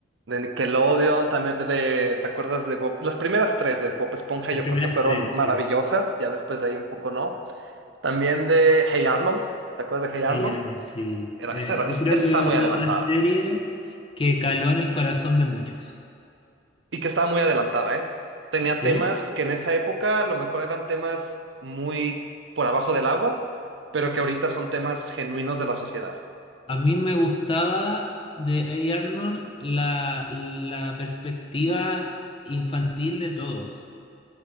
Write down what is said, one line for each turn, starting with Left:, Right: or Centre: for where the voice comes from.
Right: de Nickelodeon, también de, ¿te acuerdas de Bob? Las primeras tres de Bob Esponja
Left: las
Right: yo
Left: primeras
Right: creo que fueron
Left: tres,
Right: maravillosas,
Left: sí.
Right: ya después de ahí un poco no. También de Hey Arnold, ¿te acuerdas de Hey Arnold?
Left: Hey Arnold, sí.
Right: Era,
Left: Eh,
Right: esa, era- es-
Left: yo creo
Right: esa estaba
Left: que
Right: muy
Left: es una
Right: adelantada.
Left: serie que caló en el corazón de muchos,
Right: Y que estaba muy adelantada, ¿eh? Tenía
Left: ¿sí?
Right: temas que en esa época a lo mejor eran temas muy por abajo del agua, pero que ahorita son temas genuinos de la sociedad.
Left: A mí me gustaba de Hey Arnold la, la perspectiva infantil de todos.